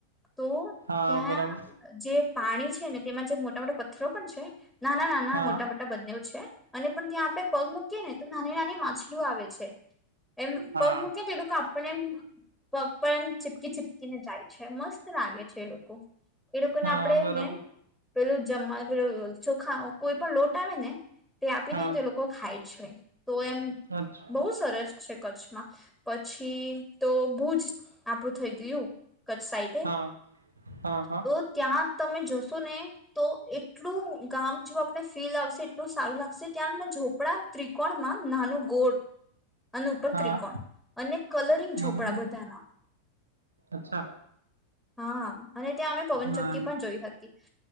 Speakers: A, in the centre; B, on the right.
A: તો
B: હા
A: ત્યાં
B: બરાબર
A: જે પાણી છે ને તેમાં જે મોટા મોટા પથ્થરો પણ છે ના ના ના ના
B: હા
A: મોટા મોટા બંને છે અને પણ ત્યાં આપડણે પગ મૂકીએ ને તો નાની નાની માછલી આવે છે એમ
B: હા
A: પગ મૂકને તેલું કાપ પણ એમ પગ પર એમ ચીપકી ચીપકીને જાય છે મસ્ત લાગે છે એ લોકો એ લોકોને
B: હા
A: આપડે
B: બરાબર
A: ને. પેલું જમવા પે ચોખા કોઈ પણ લોટ આવે ને તે આપી
B: હા
A: દેને તો લોકો ખાય છે. તો એમ
B: અચ્છા
A: બહુ સરસ છે કચ્છમાં પછી તો, ભુજ આપણું થઈ ગયું. કચ્છ સાઈડે
B: હા હા હા
A: તો ત્યાં. તમે જશો ને. તો એટલું ગામ જો આપડ ફીલ આવશે, એટલું સારું લાગ ત્યાંના ઝપડા ત્રિકોણમાં નાનું ગોળ આ ઉપર
B: હા
A: ત્રિકોણ અને કલરિંગ
B: બરાબર
A: ઝોપડા બધાના.
B: અચ્છા
A: હા, અને ત્યાં અમે પવનચક્કી
B: હા
A: પણ જોઈ હતી.